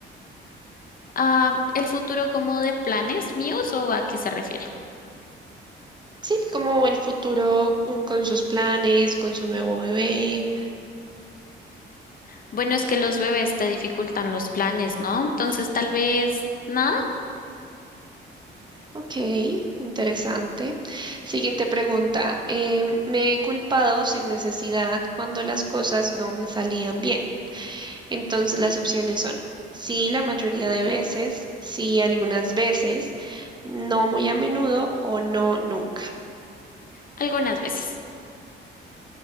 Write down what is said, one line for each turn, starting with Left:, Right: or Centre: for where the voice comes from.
Left: Ah, ¿el futuro como de planes míos o a qué se refiere?
Right: Sí, como el futuro uh, con sus planes, con su nuevo bebé.
Left: Bueno, es que los bebés te dificultan los planes, ¿no? Entonces tal vez, nada,
Right: Ok, interesante. Siguiente pregunta. Em, me he culpado sin necesidad cuando las cosas no me salían bien. Entonces las opciones son sí la mayoría de veces, sí algunas veces, no muy a menudo o no nunca.
Left: algunas veces.